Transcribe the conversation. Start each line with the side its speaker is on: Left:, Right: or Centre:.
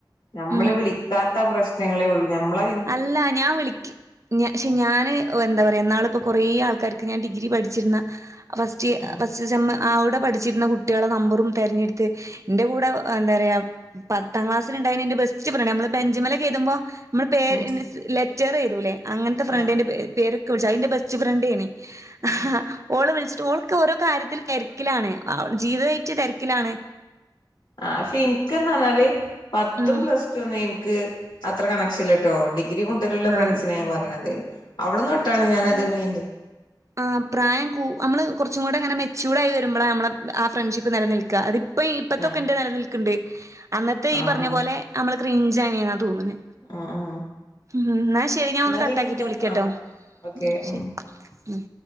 Left: നമ്മള്
Right: ഉം
Left: വിളിക്കാത്ത പ്രശ്നങ്ങളേ ഉള്ളൂ നമ്മള
Right: അല്ല ഞാൻ വിളിക്ക്! ഞ ക്ഷെ ഞാന് ഒഎന്താ പറയുക ന്നാള്പ്പോ കുറേ ആൾക്കാർക്ക് ഞാൻ ഡിഗ്രി പഠിച്ചിരുന്ന അ ഹ് ഫസ്റ്റ്ഫസ്റ്റ്സെമ്മ്
Left: ഉം
Right: ആ അവിടെ പഠിച്ചിരുന്ന കുട്ടികളെ നമ്പറും തിരഞ്ഞെടുത്ത് എന്റെ കൂടെ എന്ത പറയാ പത്താം ക്ലാസ്സിലിണ്ടയിന് എന്റെ ബെസ്റ്റ് ഫ്രണ്ട് നമ്മള് ബെഞ്ചുമേൽ ക്കെഴതുമ്പോ നമ്മൾ പേര്ൻസ്
Left: ഉം
Right: ലെറ്റർ എഴുത്തൂലെ അങ്ങനത്തെ ഫ്രണ്ടൻറെ
Left: ആഹ്
Right: പേ പേരൊക്കെ വിളിച്ചു അതിൻ്റെ ബെസ്റ്റ് ഫ്രണ്ടേെനു ആഹ്
Left: ഉം
Right: ഓള് വിളിച്ചിട്ട് ഓൾക്ക് ഓരോ കാര്യത്തില് തിരക്കിലാണ് ജീവിതാറ്റ് തിരക്കിലാണ്
Left: ആഹ് പക്ഷെ എനക്ക് പറഞ്ഞാല് പത്തും
Right: ഉം
Left: പ്ലസ്ടും ഒന്നു എനിക്ക് അത്ര കണക്ഷൻ ഇല്ലട്ടോ ഡിഗ്രി മുണ്ടലുള്ള ഫ്രണ്ട്സിനെ
Right: ആഹ്
Left: ഞാ പറയണത് അവിടന്ന് തൊട്ടാണ് ഞാനത് മെയിൻറ്
Right: ഉ ആഹ് പ്രായം കൂ നമ്മൾ കുറച്ചും കൂടെ അങ്ങനെ മെച്യൂർഡ് ആയി വരുമ്പോളാ നമ്മൾ ആഹ് ഫ്രണ്ട്ഷിപ്പ് നിലനിൽക്കുക അത് ഇപ്പൊ ഇപ്പത്തൊക്കെ
Left: ആ
Right: എന്ത നിലനിൽക്കണ്ട് അന്നത്തെ ഈ
Left: ആ
Right: പറഞ്ഞ
Left: ആ
Right: പോലെ നമ്മള് ക്രിഞ്ചങ്ങന്നാ തോന്നുന്നത്
Left: ആ ആ
Right: ഉം എന്ന ശരി ഞാൻ
Left: എന്നാ
Right: ഒന്ന് കട്ട
Left: പിന്നെന്താ
Right: ആക്കിട്ട് വിളിക്കട്ടോ
Left: ആ ഓക്കെ
Right: ശരി
Left: ഉം
Right: ഉം